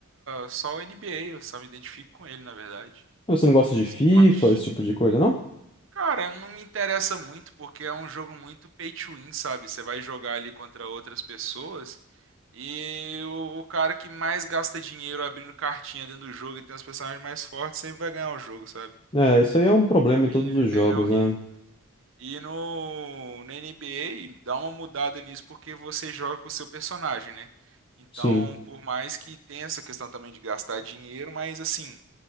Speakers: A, on the right; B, on the left.
A: só o NBA, eu só me identifico com ele, na verdade.
B: Você não gosta de
A: Esporte.
B: FIFA, esse tipo de coisa, não?
A: Cara, não me interessa muito porque é um jogo muito pay to win, sabe? Você vai jogar ali contra outras pessoas e o, o cara que mais gasta dinheiro abrindo cartinha dentro do jogo e tem os personagens mais fortes sempre vai ganhar o jogo, sabe?
B: É, isso aí é um problema
A: Pra mim
B: em todos os jogos,
A: é, é horrível.
B: né?
A: E no, na NBA dá uma mudada nisso porque você joga com o seu personagem, né? Então,
B: Sim.
A: por mais que tenha essa questão também de gastar dinheiro, mas assim.